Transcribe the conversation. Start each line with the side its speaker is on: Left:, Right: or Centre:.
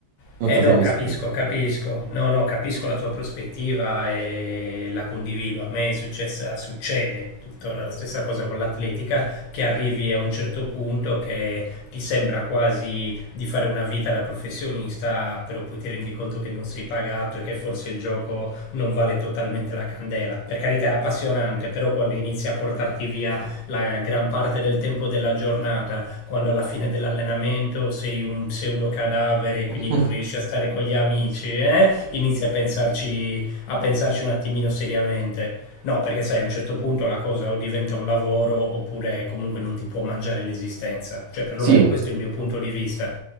Right: Non
Left: Eh
Right: so
Left: no,
Right: se mi
Left: capisco,
Right: spiego.
Left: capisco. No, no, capisco la tua prospettiva e la condivido. A me è successa, succede tuttora la stessa cosa con l'atletica, che arrivi a un certo punto che ti sembra quasi di fare una vita da professionista, però poi ti rendi conto che non sei pagato e che forse il gioco non vale totalmente la candela. Per carità è appassionante, però quando inizi a portarti via la gran parte del tempo della giornata quando alla fine dell'allenamento sei un pseudo cadavere e quindi
Right: <laughs>
Left: non riesci a stare con gli amici, eh? inizi a pensarci, a pensarci un attimino seriamente. No, perché sai, a un certo punto la cosa o diventa un lavoro oppure comunque non ti può mangiare l'esistenza. Cioè, perlomeno
Right: Sì,
Left: questo è il mio punto di vista.